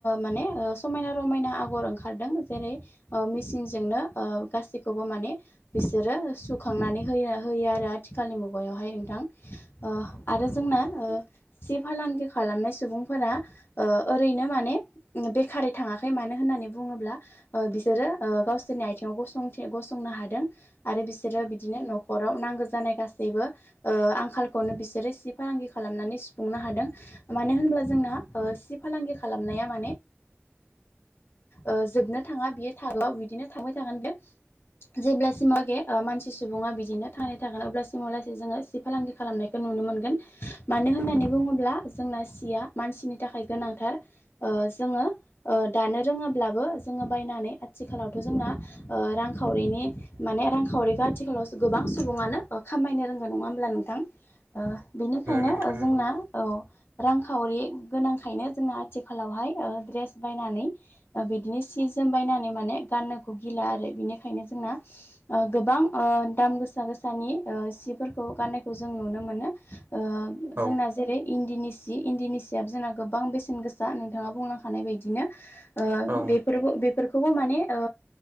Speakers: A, on the left; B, on the right.
A: माने ओ समायना रमायना आगर ओंखार दों जेरै ओ मेचनजोंनो ओ गासैखौबो माने बिसोरो सुखांनानै होयो होयो आरो आथिखालनि मुगायावहाय नोंथां। ओ आरो जोंना ओ सि फालांगि खालामनाय सुबुंफोरा ओ ओरैनो माने बेखारै थाङाखै मानो होननानै बुङोब्ला बिसोरो गावसोरनि आथिाव गंनो हादों आरो बिसोरो बिदिनो न'खराव नांगौ जानाय गासैबो ओ आंखालखौनो बिसोरो सि फालांगि खालामनानै सुफुंनो हा दों मानो होनब्ला जोंना सि फालांगि खालामनाया माने ओ जोबनो थाङा बियो थागो बिदिनो थांबाय थागोन बे जेब्लासिमा आ लागे बेे मानसि सुबुङा बिदिनो थांनानै थागोन अब्लासिम अ जोङो सि फालांगि खालामनायखौ नुनो मोनगोन मानो मानो होननानै बुङोब्ला जोंना सिया मानसिनि थाखाय गोनांथार ओ जोङो ओ दानो रोङाब्लाबो जोङो बायनानै आथिखालावथ' जोंना रांखावरिनि माने राखाववरि गा आथिखालावसो गोबां सुबुङानो खामायनो रोंगौ नङा होमब्ला नोंथां। ओ बेनिखायनो
B: नोंथाङा
A: जोंना औ रां रांखावरि गोनांखायनो जोंना आथिखालावहाय ओ ड्रेस बायनानै बिदिनो सि जोम बायनानै माने गाननोखौ गिला आरो बिनिखायनो जोंना ओ गोबां ओ
B: औ
A: दाम गोसा गोसा सानि सिफोरखौ गाननायखौ जों नुनो मोनो ओ
B: औ
A: जोंना
B: औ
A: जेरै इन्दिनि सि इन्दिनि सियाबो जोंना गोबां बेसेन गोसा नोंथाङा बुंलां खानाय बायदिनो ओ
B: औ
A: बेफोरबो बे फोरखौबो माने ओ